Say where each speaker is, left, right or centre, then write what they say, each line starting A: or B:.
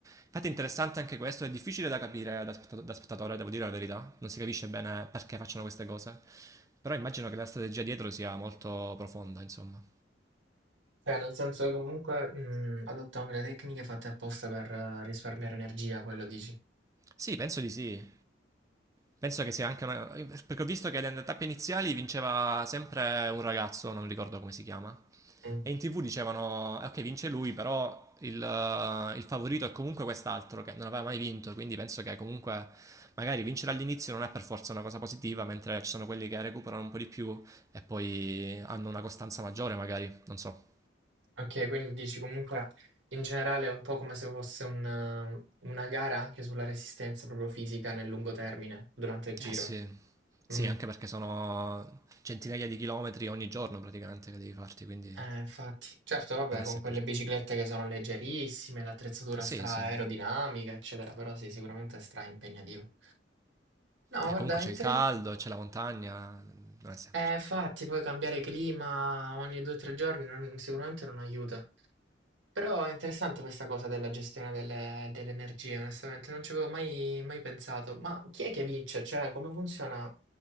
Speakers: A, on the right; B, on the right.
A: Infatti è interessante anche questo, è difficile da capire da, spettat- da spettatore, devo dire la verità, non si capisce bene perché facciano queste cose, però immagino che la strategia dietro sia molto profonda, insomma.
B: Cioè, nel senso che comunque mm, adottano delle tecniche fatte apposta per eh, risparmiare energia, quello dici.
A: Sì, penso di sì. Penso che sia anche una... perché ho visto che le tappe iniziali vinceva sempre un ragazzo, non ricordo come si chiama,
B: Mm.
A: E in TV dicevano, "Eh, ok, vince lui, però il, eh, il favorito è comunque quest'altro che non aveva mai vinto, quindi penso che comunque magari vincere all'inizio non è per forza una cosa positiva, mentre ci sono quelli che recuperano un po' di più e poi hanno una costanza maggiore, magari, non so.
B: Ok, quindi dici comunque in generale è un po' come se fosse un, eh, una gara anche sulla resistenza proprio fisica nel lungo termine, durante il giro.
A: Eh sì. Sì,
B: Mm.
A: anche perché sono centinaia di chilometri ogni giorno praticamente che devi farti, quindi
B: Eh, infatti. Certo, vabbè,
A: non è
B: con
A: semplice.
B: quelle biciclette che sono leggerissime, l'attrezzatura
A: Sì,
B: stra
A: sì.
B: aerodinamica, eccetera, però sì, sicuramente è stra impegnativo. No,
A: E
B: guarda,
A: comunque c'è
B: inter-
A: il caldo, c'è la montagna, non è semplice.
B: Eh, infatti, poi cambiare clima ogni due o tre giorni non- sicuramente non aiuta. Però è interessante questa cosa della gestione delle, delle energie, onestamente, non ci avevo mai, mai pensato. Ma chi è che vince? Cioè, come funziona?